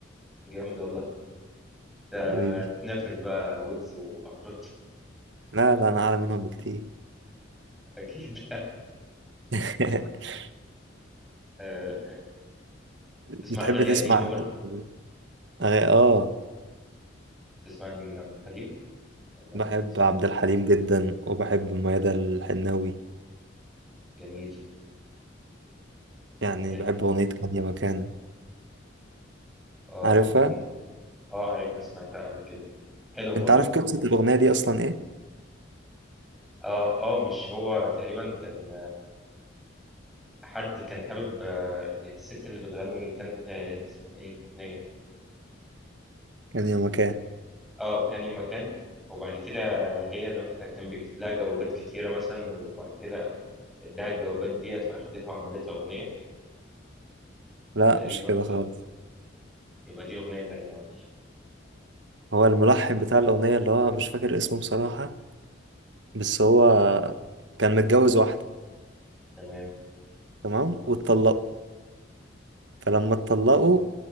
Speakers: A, in the centre; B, on the right (about 70°).
A: جامد والله ده
B: حبيبي
A: تنافس بقى ويجز وافروت
B: لا لا أنا أعلى منهم بكتير
A: <laughs> اكيد
B: <laughs>
A: آه،
B: بتحب
A: تسمع اغاني
B: تسمع
A: قديمه برضه
B: أغا- <laughs> آه
A: تسمع مين عبد الحليم ولا
B: بحب
A: ام كلثوم
B: عبد الحليم جدا وبحب ميادة الحناوي
A: جميل
B: يعني
A: حلو
B: بحب أغنية كان يا مكان
A: اه
B: عارفها؟
A: انا اه عارفها سمعتها قبل كده حلو برضه
B: أنت عارف قصة الأغنية دي أصلا إيه؟
A: اه اه مش هو تقريبا كان حد كان حابب آه، الست اللي بتغني كان آه، اسمها ايه الاغنيه
B: كان يومك ايه
A: اه كان يا مكان وبعد كده هي ل- كان بيكتب لها جوابات كتيره مثلا وبعد كده اداها الجوابات ديت فاخدتها وعملتها اغنيه
B: لا
A: تقريبا
B: مش كده
A: صح
B: خالص
A: يبقى دي اغنيه تانية معلش
B: هو الملحن بتاع الأغنية اللي هو مش فاكر اسمه بصراحة بس هو كان متجوز واحدة
A: تمام
B: تمام واتطلقوا فلما اتطلقوا